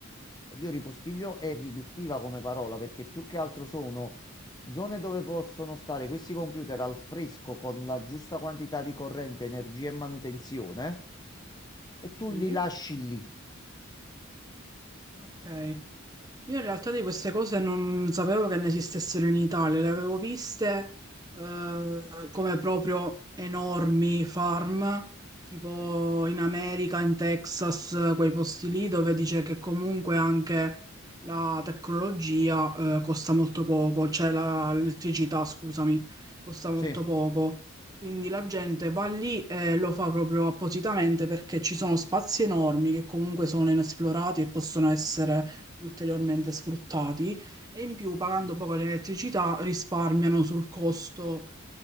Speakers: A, on the left; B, on the right.
A: oddio, ripostiglio è riduttiva come parola perché più che altro sono zone dove possono stare questi computer al fresco con la giusta quantità di corrente, energia e manutenzione e tu
B: Sì.
A: li lasci lì.
B: Ok, Io in realtà di queste cose non sapevo che ne esistessero in Italia, le avevo viste eh, come proprio enormi farm, tipo in America, in Texas, quei posti lì dove dice che comunque anche la tecnologia eh, costa molto poco, cioè la- l'elettricità, scusami, costa molto
A: Sì,
B: poco. Quindi la gente va lì e lo fa proprio appositamente perché ci sono spazi enormi che comunque sono inesplorati e possono essere ulteriormente sfruttati e in più pagando poco l'elettricità risparmiano sul costo